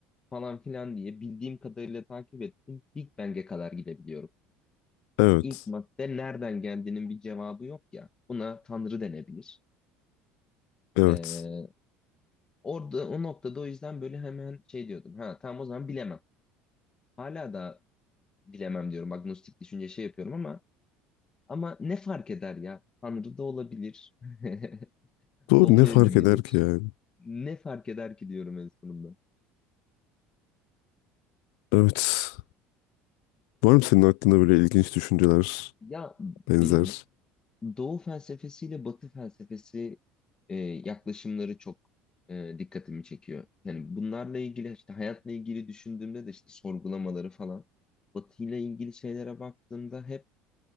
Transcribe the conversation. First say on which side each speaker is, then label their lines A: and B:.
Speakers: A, on the left (about 20°); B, on the left (about 80°).
A: falan filan diye bildiğim kadarıyla takip ettim. Big Bang'e kadar gidebiliyorum.
B: evet.
A: İlk madde nereden geldiğinin bir cevabı yok ya. Buna Tanrı denebilir.
B: Evet.
A: Ee, orada o noktada o yüzden böyle hemen şey diyordum. Ha tamam o zaman bilemem. Hala da bilemem diyorum. Agnostik düşünce şey yapıyorum ama ama ne fark eder ya? Tanrı da olabilir. <laughs>
B: Doğru
A: olmayabilir.
B: ne fark eder ki yani?
A: Ne fark eder ki diyorum en sonunda.
B: Evet. Var mı senin aklında böyle ilginç düşünceler
A: Ya
B: benzer?
A: benim Doğu felsefesiyle Batı felsefesi e, yaklaşımları çok e, dikkatimi çekiyor. Yani bunlarla ilgili işte hayatla ilgili düşündüğümde de işte sorgulamaları falan. Batı'yla ilgili şeylere baktığımda hep